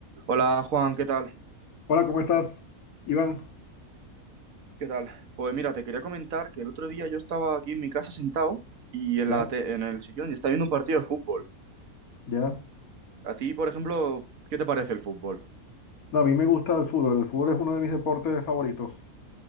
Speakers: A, on the right (about 65°); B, on the left (about 75°).
A: Hola Juan, ¿qué tal?
B: Hola, ¿cómo estás, Iván?
A: ¿Qué tal? Pues mira, te quería comentar que el otro día yo estaba aquí en mi casa sentado y en
B: Ya,
A: la te- en el sillón y estaba viendo un partido de fútbol.
B: ya.
A: A ti, por ejemplo, ¿qué te parece el fútbol?
B: No, a mí me gusta el fútbol. El fútbol es uno de mis deportes favoritos.